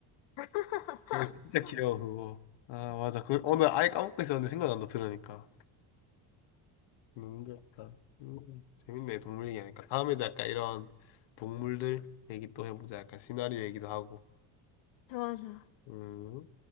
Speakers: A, on the left (about 80°); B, on the left (about 70°).
A: <laughs>
B: 그게 진짜 귀여워 그거 아 맞아 그 오늘 아예 까먹고 있었는데 생각난다 들으니까 너무 귀엽다 음, 재밌네 동물 얘기하니까 다음에도 약간 이런 동물들 얘기 또 해보자 약간 시나리오 얘기도 하고
A: 좋아, 좋아.
B: 음.